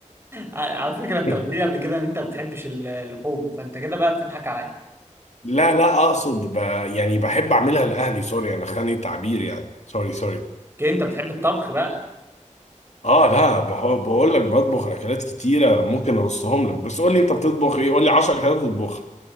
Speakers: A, on the right; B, on the left.
A: على على فكرة انت
B: <laughs>
A: قلت لي قبل كده ان انت ما بتحبش ال- اللحوم فانت كده بقى بتضحك عليا
B: لا لا أقصد ب... يعني بحب أعملها لأهلي سوري أنا خاني التعبير يعني سوري سوري
A: اوكي انت بتحب الطبخ بقى
B: اه لا بح- بقول لك بطبخ اكلات كتيره ممكن ارصهم لك بس قول لي انت بتطبخ ايه قول لي 10 اكلات بتطبخها